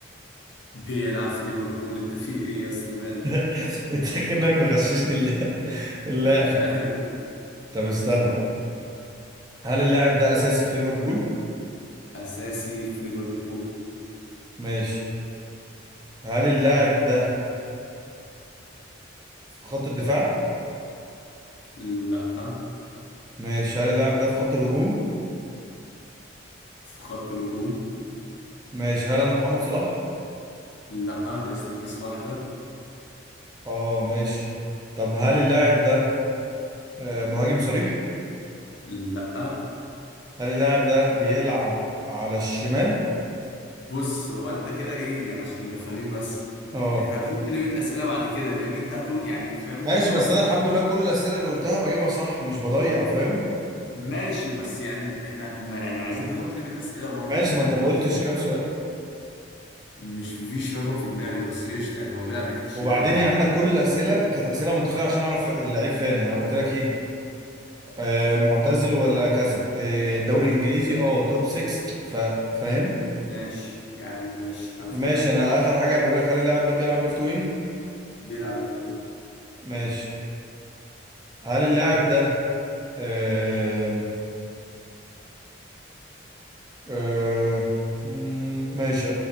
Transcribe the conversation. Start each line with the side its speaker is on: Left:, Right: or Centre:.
Left: بيلعب في ليفربول أنت في إيه يا اسطى مالك
Right: <laughs> انت كأنك مغششني الل- الل-
Left: <laughs> مش عارف يعني
Right: طب استنى
Left: طب كمل.
Right: هل اللاعب ده اساسي في ليفربول
Left: أساسي في ليفربول
Right: ماشي هل اللاعب ده في خط الدفاع
Left: لأ
Right: ماشي هل اللاعب ده في خط الهجوم
Left: في خط الهجوم
Right: ماشي هل انا محمد صلاح
Left: لأ ناقص لك جيس واحدة
Right: اه ماشي طب هل اللاعب ده آه، مهاجم صريح
Left: لأ
Right: هل اللاعب ده بيلعب على الشمال
Left: بص هو انت كده ايه يعني عشان نبقى فاهمين بس
Right: اه
Left: احنا هنحط ليميت اسئله بعد كده لان انت هتو يعني فاهم
Right: ماشي
Left: انت كده
Right: بس
Left: وصلت
Right: انا الحمد لله كل الاسئله اللي قلتها بجيبها صح مش بضيع فاهم
Left: ماشي بس يعني احنا ما يعني عايزين نحط ليميت اسئله برضه
Right: ماشي
Left: فاهم
Right: ما انت ما قلتش كام سؤال
Left: مش مفيش رقم في دماغي بس قشطه يعني هو بيلعب ناحيه الشمال
Right: وبعدين
Left: يا عم
Right: يعني انا كل الاسئله كانت اسئله منطقيه عشان اعرف اللعيب فين يعني أنا قلت لك ايه آه، معتزل ولا كذا آه، دوري انجليزي اه توب 6 ف... فاهم
Left: م- ماشي يعني ماشي همشي
Right: ماشي
Left: معاك
Right: انا اخر حاجه بقول لك هل اللاعب ده بيلعب ليفت وينج
Left: بيلعب ليفت وينج
Right: ماشي هل اللاعب ده آم، آه، مم، ماشي